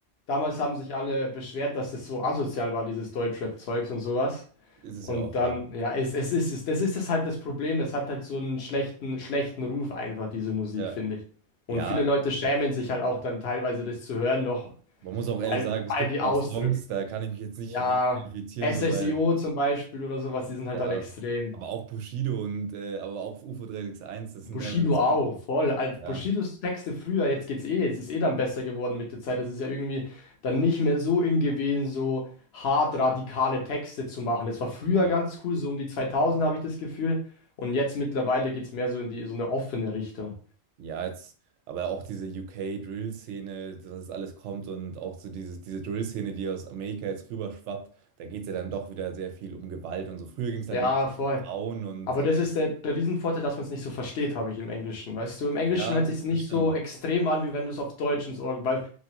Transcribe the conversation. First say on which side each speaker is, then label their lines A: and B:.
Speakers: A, on the left; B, on the right.
A: damals haben sich alle beschwert, dass das so asozial war, dieses Deutschrap-Zeugs und sowas.
B: Ist es
A: Und
B: ja auch,
A: dann,
B: ja.
A: ja, es, es ist, es, das ist das halt das Problem. Das hat halt so einen schlechten, schlechten Ruf einfach, diese Musik,
B: Ja,
A: finde ich. Und
B: ja,
A: viele Leute schämen sich halt auch dann teilweise das zu hören noch,
B: man muss auch
A: weil,
B: ehrlich sagen, es
A: weil
B: gibt
A: die
B: schon
A: Ausdrücke,
B: auch Songs, da kann ich mich jetzt nicht
A: ja,
B: mit identifizieren,
A: SSIO
B: so, weil
A: zum Beispiel oder sowas, die sind halt
B: Ja,
A: dann extrem.
B: aber auch Bushido und äh, aber auch UFO 361, das sind
A: Bushido
B: teilweise Songs.
A: auch, voll. Also
B: Ja,
A: Bushidos Texte früher, jetzt geht's eh, jetzt ist eh dann besser geworden mit der Zeit. Das ist ja irgendwie dann nicht mehr so in gewesen, so hart radikale Texte zu machen. Das war früher
B: ja.
A: ganz cool, so um die 2000 habe ich das Gefühl. Und jetzt mittlerweile geht's mehr so in die, so eine offene Richtung.
B: Ja, jetzt, aber auch diese UK-Drill-Szene, dass das alles kommt und auch so dieses, diese Drill-Szene, die aus Amerika jetzt rüberschwappt, da geht es ja dann doch wieder sehr viel um Gewalt und so. Früher ging es
A: Ja,
B: halt mehr
A: voll.
B: um Frauen und
A: Aber
B: äh,
A: das ist der, der Riesenvorteil, dass man es nicht so versteht, habe ich im Englischen. Weißt du, im Englischen
B: ja,
A: hört sich's nicht
B: das stimmt.
A: so extrem an, wie wenn du es auf Deutsch ins Ohr, weil